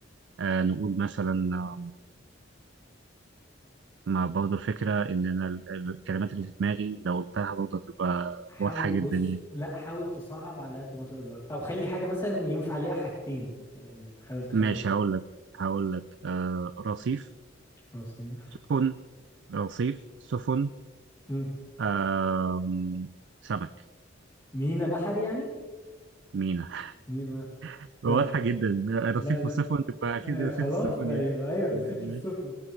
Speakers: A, on the right; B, on the left.
A: أه نقول مثلا آه، ما برضه الفكرة إن أنا ال- الكلمات اللي في دماغي لو قلتها برضه هتبقى
B: حاول
A: واضحة
B: بص
A: جدا يعني.
B: لا حاول تصعب على قد ما تقدر او خلي حاجة مثلا ينفع عليها حاجتين يعني حاول تخلي
A: ماشي
B: الموضوع
A: هقول لك هقول لك آه رصيف
B: خلاص ينفع
A: سفن رصيف سفن
B: مم.
A: آه سمك
B: مينا بحري يعني
A: مينا
B: مينا
A: <laughs> واضحة
B: طيب
A: جدا رصيف
B: لا لا
A: وسفن يبقى أكيد
B: آه
A: رصيف
B: خلاص
A: السفن
B: ايوه
A: يعني
B: ايوه رصيف
A: تمام ماشي
B: للسفن